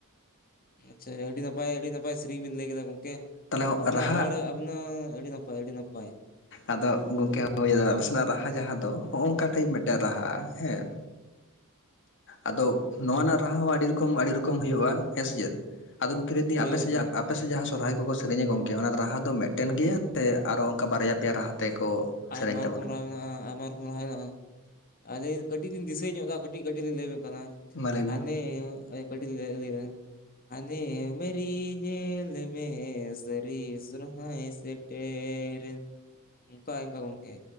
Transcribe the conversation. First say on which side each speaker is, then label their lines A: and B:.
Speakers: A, on the left; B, on the left.
A: ᱟᱪᱪᱷᱟ ᱟᱹᱰᱤ ᱱᱟᱯᱟᱭ ᱟᱹᱰᱤ ᱱᱟᱯᱟᱭ ᱥᱮᱨᱮᱧ ᱵᱤᱱ ᱞᱟᱹᱭ ᱠᱮᱫᱟ ᱜᱚᱝᱠᱮ
B: ᱛᱟᱦᱚᱞᱮ
A: ᱟ. ᱵᱤᱱᱟᱜ
B: ᱨᱟᱦᱟ
A: ᱨᱚᱲ ᱚᱱᱟ ᱟᱹᱰᱤ ᱱᱟᱯᱟᱭ ᱟᱹᱰᱤ ᱱᱟᱯᱟᱭ
B: ᱟᱫᱚ ᱜᱚᱢᱠᱮ ᱦᱳᱭ ᱟᱫᱚ ᱟᱞᱮ ᱥᱮᱱᱟᱜ ᱨᱟᱦᱟ ᱡᱟᱦᱟᱸ ᱫᱚ ᱱᱚᱜᱼᱚᱭ ᱱᱚᱝᱠᱟ ᱴᱟᱭᱤᱯ ᱢᱤᱫᱴᱮᱱ ᱨᱟᱦᱟᱜᱼᱟ ᱦᱮᱸ ᱟᱫᱚ ᱱᱚᱣᱟ ᱨᱮᱱᱟᱜ ᱨᱟᱦᱟ ᱦᱚᱸ ᱟᱹᱰᱤ ᱨᱚᱠᱚᱢ ᱟᱹᱰᱤ ᱨᱚᱠᱚᱢ ᱦᱩᱭᱩᱜᱼᱟ ᱦᱮᱸᱥᱮ ᱡᱮ ᱟᱫᱚ ᱜᱚᱢᱠᱮ <unintelligible> ᱫᱤᱧ
A: ᱦᱳᱭ
B: ᱟᱯᱮ
A: ᱜᱚᱝᱠᱮ
B: ᱥᱮᱭᱟᱜ ᱟᱯᱮᱥᱮᱫ ᱡᱟᱦᱟᱸ ᱥᱚᱨᱦᱟᱭ ᱠᱚᱠᱚ ᱥᱮᱨᱮᱧᱟ ᱜᱚᱝᱠᱮ ᱚᱱᱟ ᱨᱟᱦᱟ ᱫᱚ ᱢᱤᱫᱴᱮᱱ ᱜᱮᱭᱟ ᱥᱮ ᱟᱨᱚ ᱚᱱᱠᱟ ᱵᱟᱨᱭᱟ ᱯᱮᱭᱟ ᱨᱟᱦᱟ ᱛᱮᱠᱚ
A: ᱟᱭᱢᱟ
B: ᱥᱮᱨᱮᱧ ᱛᱟᱵᱚᱱ
A: ᱨᱚᱠᱚᱢ ᱨᱟᱦᱟ ᱢᱮᱱᱟᱜᱼᱟ ᱟᱭᱢᱟ ᱨᱚᱠᱚᱢ ᱨᱟᱜᱽ ᱢᱮᱱᱟᱜᱼᱟ ᱟᱹᱞᱤᱧ ᱠᱟᱹᱴᱤᱡ ᱞᱤᱧ ᱫᱤᱥᱟᱹ ᱧᱚᱜ ᱮᱫᱟ ᱠᱟᱹᱴᱤᱡ ᱠᱟᱹᱴᱤᱡ ᱞᱤᱧ ᱞᱟᱹᱭ ᱟ. ᱵᱤᱱ ᱠᱟᱱᱟ
B: ᱜᱮᱭᱟ ᱢᱟ ᱞᱟᱹᱭ ᱵᱤᱱ
A: ᱦᱟᱱᱮ ᱠᱟᱹᱴᱤᱡ <unintelligible> ᱦᱟᱱᱮ ᱢᱤᱭᱨᱤ ᱧᱮᱞ ᱢᱮ ᱥᱟᱹᱨᱤ ᱥᱚᱨᱦᱟᱭ ᱥᱮᱴᱮᱨ ᱥᱮᱴᱮᱨ ᱮᱱ <unintelligible> ᱚᱱᱠᱟ ᱚᱱᱠᱟ ᱜᱚᱝᱠᱮ